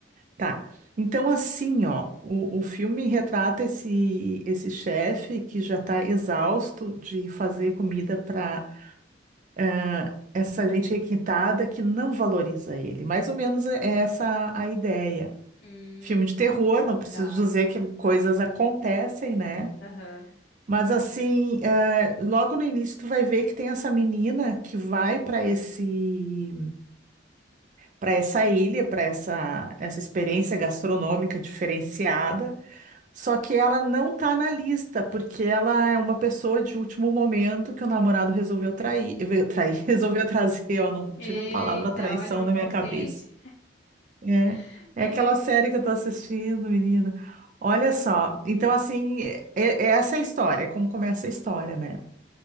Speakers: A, on the right; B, on the left.
A: Tá. Então, assim, ó, o, o filme retrata esse, esse chefe que já está exausto de fazer comida para eh, essa gente requintada que não valoriza ele. Mais ou menos é é essa a ideia.
B: Hum,
A: Filme de terror, não preciso
B: tá.
A: dizer que coisas acontecem, né?
B: Aham.
A: Mas assim, eh, logo no início tu vai ver que tem essa menina que vai para esse, para essa ilha, para essa, essa experiência gastronômica diferenciada. Só que ela não tá na lista, porque ela é uma pessoa de último momento que o namorado resolveu trair, ve- trair, <laughs> resolveu trazer, ó, não tiro
B: Eita,
A: a palavra traição
B: olha o inconsciente.
A: da minha cabeça. É,
B: <laughs>
A: é aquela série que eu tô assistindo, menina. Olha só, então assim, é, é essa a história, é como começa a história, né?